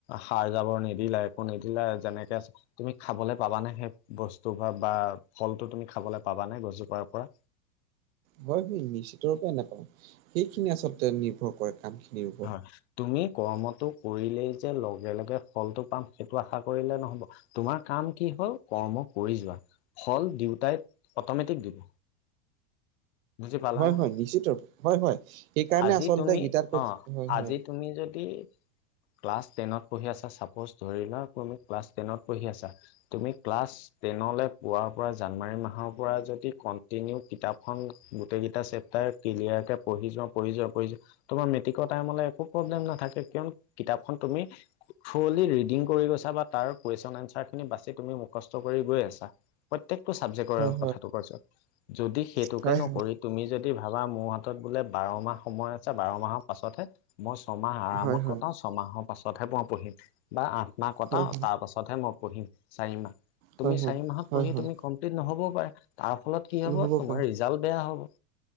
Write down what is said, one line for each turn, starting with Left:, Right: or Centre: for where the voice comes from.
Left: সাৰ জাবৰ নিদিলে একো নিদিলে যেনেকে তুমি খাবলৈ পাবা নে সেই বস্তু পৰা বা ফলটো তুমি খাবলৈ পাবা নে গছজোপাৰ পৰা?
Right: হয় বি নিশ্চিত ৰূপে নাপাওঁ, সেইখিনি আচলতে নিৰ্ভৰ কৰে। কাম খিনিও
Left: হয়। তুমি কৰ্মটো কৰিলেই যে লগে লগে ফলটো পাম সেইটো আশা কৰিলে নহ'ব। তোমাৰ কাম কি হল কৰ্ম কৰি যোৱা ফল দিউতাই অট'মেটিক দিব। বুজি পালা
Right: হয়
Left: নহয়?
Right: হয় নিশ্চিতৰূপে হয় হয় সেইকাৰণে
Left: আজি
Right: আচলতে
Left: তুমি
Right: গীটাৰ
Left: অ'
Right: হয়,
Left: আজি
Right: হয়
Left: তুমি যদি ক্লাছ টেনত পঢ়ি আছা, চাপচ ধৰি লোৱা কোনো ক্লাছ টেনত পঢ়ি আছা তুমি ক্লাছ তেনলৈ পুৱোৱাৰ পৰা জানুৱাৰী মাহৰ পৰা যদি কন্টিনিউ কিতাপখন গোটেই কেইটা চেপটাৰ ক্লিয়াৰ কে পঢ়ি যোৱা পঢ়ি যোৱা পঢ়ি যোৱা তোমাৰ মেট্ৰিকৰ টাইমলৈ একো প্ৰব্লেম নাথাকে কিয়নো কিতাপখন তুমি থ্ৰলি ৰিডিং কৰি গৈছা বা তাৰ কুৱেশ্যন এনচাৰ খিনি বাচি তুমি মুখস্থ কৰি গৈ আছা। প্ৰত্যেকটো চাবজেক্টৰ
Right: হয়
Left: কথাটো কৈছোঁ যদি সেইটোকে
Right: হয়
Left: ন তুমি যদি ভাবা মোৰ হাতত বোলে বাৰ মাহ সময় আছে বাৰ মাহৰ পাছতহে মই ছমাহ আৰামত
Right: হয় হয় হয়
Left: কটাও, ছমাহৰ পাছতহে মই পঢ়িম বা আঠ মাহ কটাও
Right: হয় হয় হয়
Left: তাৰ পাছত পাছত হে মই পঢ়িম চাৰি মাহ, তুমি
Right: হয়
Left: চাৰি মাহত
Right: হয়
Left: পঢ়ি
Right: হয় হয়
Left: তুমি কমপ্লিট নহ'বও পাৰো তাৰ ফলত কি হব
Right: নহ'ব
Left: তোমাৰ
Right: পাৰে
Left: ৰিজাল্ট বেয়া হ'ব।